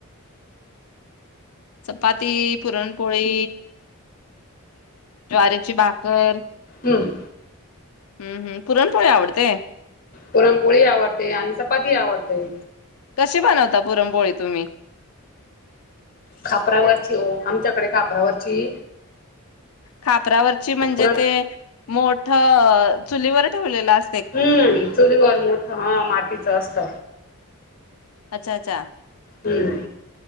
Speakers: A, on the left (about 75°); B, on the left (about 40°).
A: चपाती, पुरणपोळी, ज्वारीची भाकर.
B: हम्
A: हम्-हम् पुरणपोळी आवडते.
B: पुरणपोळी आवडते आणि चपाती आवडते.
A: कसे बनवता पुरणपोळी तुम्ही?
B: खापरावरची ओ, आमच्याकडे खापरावरची
A: खापरावर ची म्हणजे
B: पुरण
A: ते मोट अ चुलीवर ठेवलेला अस्
B: हम्म, चुलीवर मोठं हं मातीचं असत.
A: अचा-अचा
B: हम्म